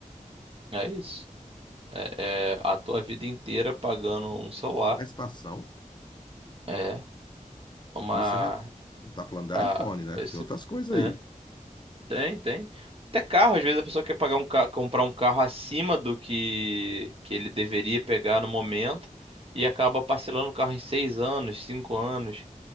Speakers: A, on the right (about 40°); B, on the left (about 35°).
A: É isso. É, é a tua vida inteira pagando um celular.
B: prestação.
A: É uma.
B: Isso a gente, a gente tá falando da
A: A,
B: iPhone, né?
A: esse.
B: Tem outras coisas
A: né?
B: aí.
A: Tem, tem. Até carro, às vezes a pessoa quer pagar um ca... comprar um carro acima do que... que ele deveria pegar no momento e acaba parcelando o carro em seis anos, cinco anos,